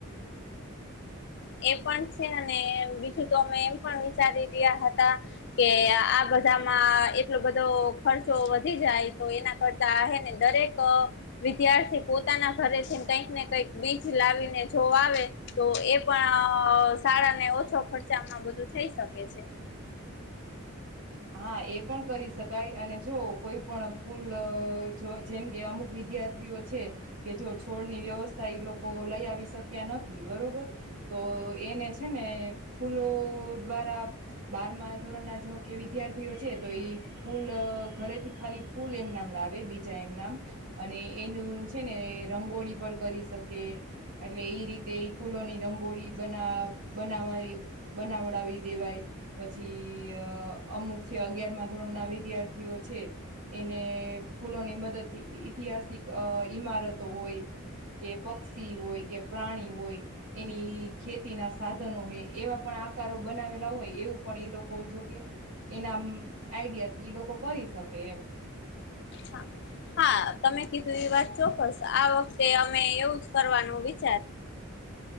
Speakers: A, on the left (about 50°); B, on the right (about 75°).
A: એ પણ છે બીજું તો અમે એમ પણ વિચારી રહ્યા હતા કે આ બધામાં એટલો બધો ખર્ચો વધી જાય તો એના કરતા ને દરેક વિધ્યાર્થી પોતાના ઘરેથીને કઈક ને કઈક બીજ લાવીને જો આવે તો એ પણ શાળા ને ઓછો ખર્ચામાં બધું થઈ શકે છે
B: હા એ પણ કરી શકાય અને જો કોઈ પણ ફૂલ જો જેમ કે અમુક વિદ્યાર્થીઓ છે કે જો છોડની વ્યવસ્થા એ લોકો લઈ આવી શક્યા નથી બરોબર તો એને છે ને ફૂલો દ્વારા બારમાં ધોરણના જો કે વિદ્યાર્થીઓ છે તો એઈ ફૂલ ઘરેથી ખાલી ફૂલ એમ નામ લાવે બીજા એમ નામ અને એનું છે ને રંગોળી પર કરી સકે એટલે એ રીતે એ ફૂલોની રંગોળી બના બનાવાવી બનાવડાવી દેવાય પછી અ અમુક છે અગિયારમાં ધોરણ ના વિદ્યાર્થીઓ છે એને ફૂલોની મદદથી ઐતિહાસિક ઈમારતો હોય કે પક્ષી હોય કે પ્રાણી હોય એની ખેતીના સાધનો હોય એવા પણ આકારો બનાવેલા હોય એવું પણ એ લોકો જોકે. એનામ આઈડિયા થી એ લોકો કરી શકે એમ.
A: હા હા તમે કીધું એ વાત ચોક્કસ આ વ તે અમે એવું કરવાનું વિચાર